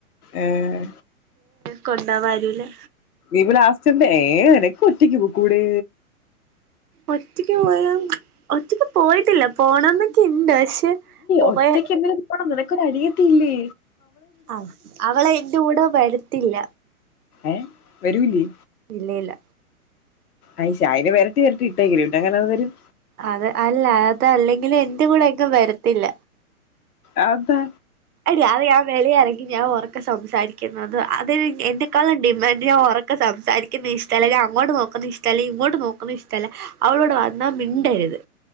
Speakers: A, on the left; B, on the right.
A: എഏ
B: കൊണ്ടാവാരുല്ലേ
A: ഇവടലാസ്റ്റന്റെ ഏ നിനക്ക് ഒറ്റയ്ക്ക് പോക്കൂടെ
B: ഒറ്റക്ക് പോയാ ഒറ്റക്ക് പോയിട്ടില്ല പോണംന്നൊക്കെ ഇണ്ട് പക്ഷെ പോയ
A: ഒറ്റക്ക് എന്ത പോണം നിനക്കൊനി ത്തിയില്ലേ
B: ആ അവളെ എന്റെ കൂടെ വരത്തില്ല
A: ഏ വരൂലേ
B: ഇല്ല ഇല്ല
A: അ്ഷായനെ വരട്ടി വരട്ടി ഇട്ടേക്കല്ലേ ഇട്ടേക്കുവല്ലേ പിന്നെങ്ങനെ അതു വരും
B: അത് അല്ല അതല്ലെങ്കിൽ എന്റെ കൂടെ എങ്ങും വരത്തില്ല
A: അത് ന്താ
B: അത് ഞാൻ വെളിയെറങ്ങി ഞാൻ ഒറക്കെ സംസാരിക്കുന്നതാ അതിന് എന്നെക്കാളും ഡിമാൻഡ് ഞാൻ ഒറക്കെ സംസാരിക്കുന്ന ഇഷ്ടല്ല ഞാൻ അങ്ങോട്ട് നോക്കുന്ന ഇഷ്ട് ടല്ല ഇങ്ങോട്ട് നോക്കുന്ന ഇഷ്ടല്ല അവളോട് വന്നാ മിണ്ടരുത്